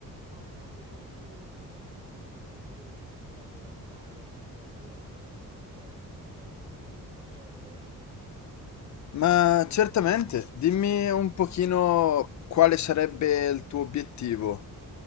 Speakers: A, on the right; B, on the left.
A: Ciao Flavio, buongiorno. So che in questo periodo ti stai dando da fare con l'allenamento. Senti, un aiuto te lo posso chiedere?
B: Ma certamente, dimmi un pochino quale sarebbe il tuo obiettivo.